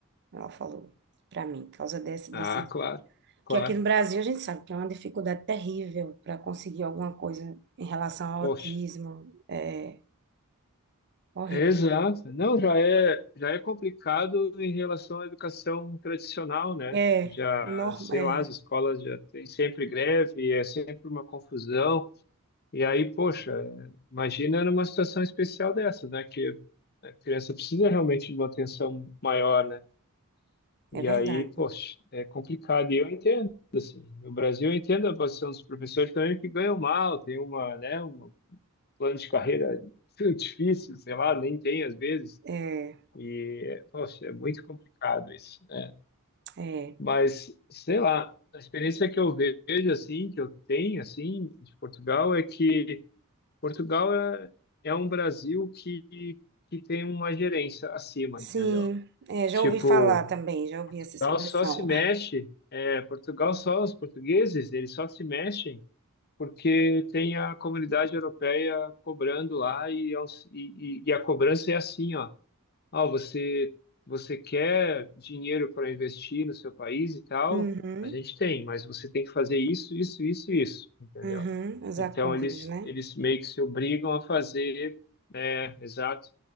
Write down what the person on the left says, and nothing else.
Ah, claro, claro.
Poxa.
é Exato. Não, já é, já é complicado em relação à educação tradicional, né?
Já,
sei
lá, as escolas já têm sempre greve, é sempre uma confusão. E aí, poxa, imagina numa situação especial dessa, né? Que a criança precisa realmente de uma atenção maior, né?
E
aí, poxa, é complicado. E eu entendo, assim, no Brasil eu entendo a posição dos professores também que ganham mal, tem uma, né, um plano de carreira <laughs> difícil, sei lá, nem tem às vezes.
E, poxa, é muito complicado isso, né?
Mas, sei lá, a experiência que eu vejo, assim, que eu tenho, assim, de Portugal é que Portugal é, é um Brasil que, que tem uma gerência acima,
entendeu?
Tipo,
Portugal só se mexe, é, Portugal só, os portugueses, eles só se mexem porque tem a comunidade europeia cobrando lá e, aos- e, e- e a cobrança é assim, ó ah, você você quer dinheiro para investir no seu país e tal,
a gente tem, mas você tem que fazer isso, isso, isso, isso, entendeu?
Então
eles
eles meio que se obrigam a fazer, é, exato.